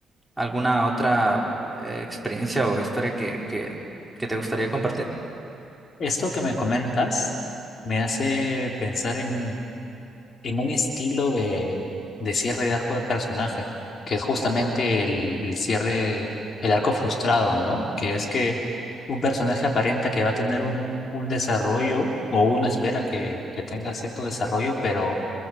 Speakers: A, in the centre; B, on the left.
A: alguna otra eh, experiencia o historia que, que, que te gustaría compartir?
B: Esto que me comentas me hace pensar en, en un estilo de, de cierre de arco de personaje, que es justamente el, el cierre, el arco frustrado, ¿no? Que es que un personaje aparenta que va a tener un, un desarrollo, o uno espera que, que tenga cierto desarrollo, pero